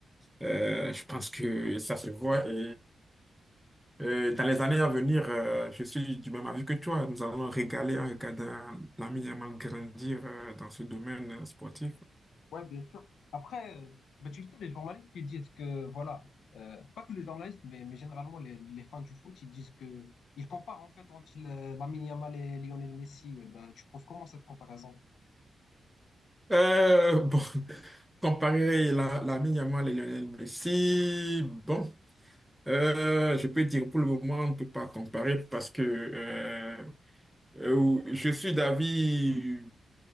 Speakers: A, in the centre; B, on the left.
A: euh, je pense que ça se voit. Et euh, dans les années à venir, euh, je suis du même avis que toi. Nous allons régaler en regardant Lamine Yamal grandir euh, dans ce domaine euh, sportif.
B: Ouais, bien sûr. Après, euh, bah, tu sais, les journalistes, ils disent que, voilà, euh, pas que les journalistes, mais, mais généralement les, les fans du foot, ils disent que, ils comparent en fait entre le- Lamine Yamal et Lionel Messi. Euh, Bah, tu trouves comment cette comparaison?
A: Euh, bon, <laughs> comparer la- l'ami Yamal et Lionel Messi, bon, euh, je peux dire pour le moment, on ne peut pas comparer parce que euh, euh, je suis d'avis